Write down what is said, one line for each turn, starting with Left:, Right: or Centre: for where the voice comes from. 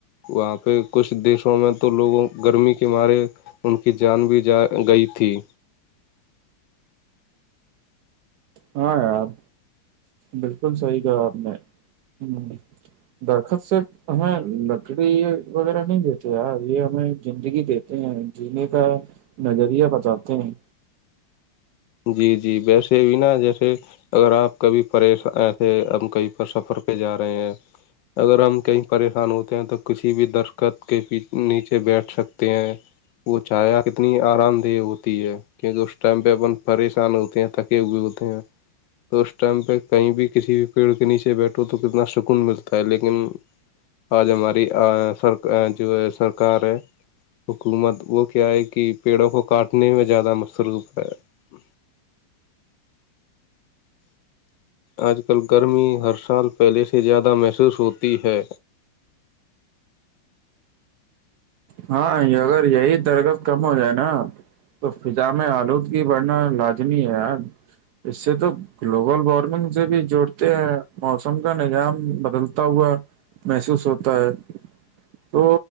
Left: وہاں پہ کچھ دیشوں میں تو لوگوں گرمی کے مارے ان کی جان بھی جا گئی تھی
Right: ہاں آپ بالکل صحیح کہا آپ نے ہ درخت سے ہمیں لکڑی وغیرہ نہیں دیتے یار یہ ہمیں زندگی دیتے ہیں جینے کا نظریہ بتاتے ہیں
Left: جی جی ویسے بھی نا جیسے اگر آپ کبھی پریش تھے ہم کہیں پر سفر پہ جا رہے ہیں اگر ہم کہیں پریشان ہوتے ہیں تو کسی بھی درخت کے نیچے بیٹھ سکتے ہیں وہ چایا کتنی آرام دہ ہوتی ہے کیونکہ اس ٹائم پہ اپن پریشان ہوتے ہیں تھکے ہوئے ہوتے ہیں تو اس ٹائم پہ کہیں بھی کسی بھی پیڑ کے نیچے بیٹھو تو کتنا سکون ملتا ہے لیکن آج ہماری سر جو ہے سرکار ہے حکومت وہ کیا ہے کہ پیڑوں کو کاٹنے میں زیادہ مصر پ ہے ہ آج کل گرمی ہر سال پہلے سے زیادہ محسوس ہوتی ہے
Right: ہاں اگر یہی درگت کم ہو جائے نا تو فضا میں آلودگی بڑھنا لازمی ہے یار اس سے تو گلوبل وارمنگ سے بھی جوڑتے ہیں موسم کا نظام بدلتا ہوا محسوس ہوتا ہے تو